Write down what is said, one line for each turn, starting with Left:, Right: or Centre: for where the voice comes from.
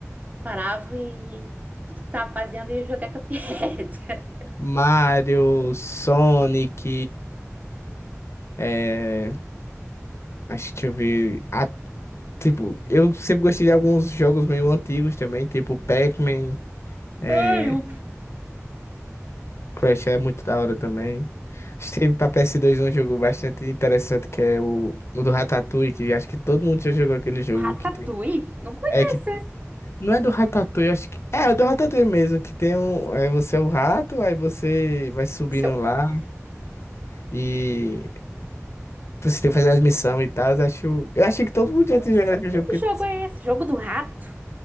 Right: Parava e tudo que tava fazendo ia jogar Cuphead. <laughs>
Left: Mario, Sonic, eh, acho que deixa eu ver. Tipo, eu sempre gostei de alguns jogos meio antigos também, tipo Pac-Man, é,
Right: E o
Left: Crash é muito da hora também. Acho que teve pra PS2 um jogo bastante interessante que é o, o do Ratatouille, que acho que todo mundo já jogou aquele jogo
Right: Ratatouille?
Left: que tem.
Right: Não conheço
Left: É que
Right: esse.
Left: não é do Ratatouille, acho que é, é do Ratatouille mesmo, que tem um, é, você é o rato, aí você vai subindo
Right: O seu? Não
Left: lá e você tem que fazer as missões e tal. Acho, eu achei que todo mundo já tinha
Right: sei
Left: jogado aquele jogo
Right: que
Left: porque-
Right: jogo é esse. Jogo do rato?